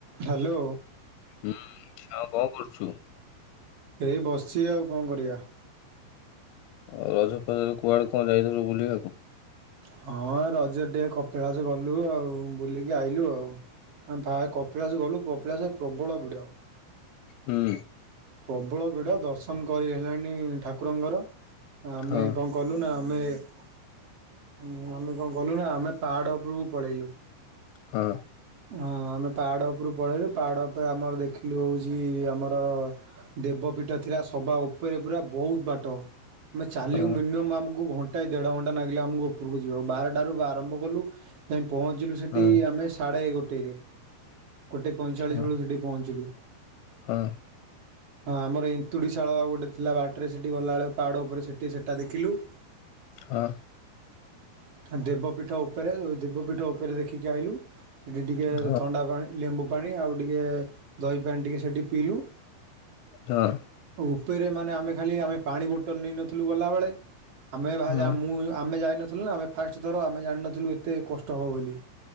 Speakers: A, on the right (about 40°); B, on the left (about 85°).
A: Hello.
B: ହୁଁ ଆଉ କଁ କରୁଛୁ?
A: ଏଇ ବସଛି ଆଉ କଁ କରିଆ।
B: ଆଉ ରଜ ଫଜରେ କୁଆଡେ କଁ ଯାଇଥିଲୁ ବୁଲିବାକୁ?
A: ହଁ ରଜେରେ ଟିକେ କପିଳାସ ଗଲୁ ଆଉ ବୁଲିକି ଆଇଲୁ ଆଉ। ଆମେ ଭାଇ କପିଳାସ ଗଲୁ କପିଳାସ ପ୍ରବଳ ଭିଡ।
B: ହୁଁ।
A: ପ୍ରବଳ ଭିଡ ଦର୍ଶନ କରି ହେଲାନି ଠାକୁରଙ୍କର ଆମେ
B: ହଁ
A: କଁ କଲୁ ନା ଆମେ ଉଁ ଆମେ କଁ ଗଲୁ ନା ଆମେ ପାହାଡ ଉପୁରୁକୁ ପଳେଇଲୁ।
B: ହଁ।
A: ହଁ ଆମେ ପାହାଡ ଉପୁରୁକୁ ପଳେଇଲୁ ପାହାଡ ଉପରେ ଆମର ଦେଖିଲୁ ହଉଚି ଆମର ଦେବପୀଠ ଥିଲା ସବା ଉପରେ ପୂରା ବୋହୁତ ବାଟ। ମେ ଚାଲିବୁ
B: ହଁ
A: ମିନିମମ୍ ଆମକୁ ଘଣ୍ଟାଏ ଦେଢ ଘଣ୍ଟା ନାଗିଲା ଆମୁକୁ ଓପୁରୁକୁ ଯିବାକୁ ବାରେଟାରୁଗୁ ଆରମ୍ଭ କଲୁ ଯାଇଁ ପହଞ୍ଚିଲୁ ସେଟି
B: ହଁ
A: ଆମେ ସାଡେ ଗୋଟେରେ। ଗୋଟେ ପଇଁଚାଳିଶ
B: ହଁ
A: ବେଳୁକୁ ସେଠି ପହଞ୍ଚିଲୁ।
B: ହଁ।
A: ହଁ ଆମର ଏନ୍ତୁଡିଶାଳ ଆଉ ଗୋଟେ ଥିଲା ବାଟରେ ସେଠି ଗଲାବେଳେ ପାହାଡ ଉପରେ ସେଠି ସେଟା ଦେଖିଲୁ।
B: ହଁ।
A: ଆ ଦେବପୀଠ ଉପେରେ ଦେବପୀଠ ଉପେରେ ଦେଖିକି ଆଇଲୁ ସେଠି ଟିକେ
B: ହଁ
A: ଥଣ୍ଡା ପାଣି ଲେମ୍ବୁ ପାଣି ଆଉ ଟିକେ ଦହି ପାଣି ଟିକେ ସେଠି ପିଇଲୁ।
B: ହଁ।
A: ଉପେରେ ମାନେ ଆମେ ଖାଲି ଆମେ ପାଣି ବୋଟଲ୍ ନେଇ ନଥିଲୁ ଗଲାବେଳେ ଆମେ ବାହା
B: ହଁ
A: ଯା ମୁଁ ଆମେ ଯାଇନଥିଲୁ ନା ଆମେ ଫାଷ୍ଟ ଥର ଆମେ ଜାଣିନଥିଲୁ ଏତେ କଷ୍ଟ ହବ ବେଲି।